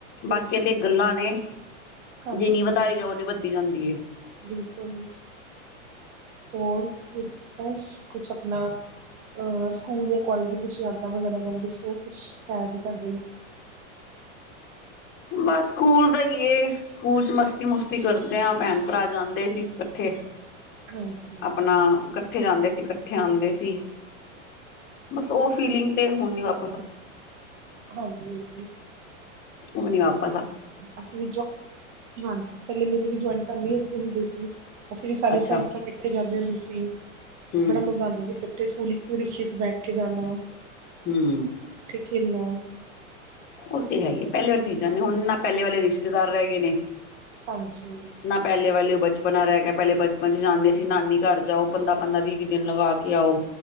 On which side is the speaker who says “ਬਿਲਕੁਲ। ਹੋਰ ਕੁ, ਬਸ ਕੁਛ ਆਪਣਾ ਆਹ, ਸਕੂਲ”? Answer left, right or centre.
Right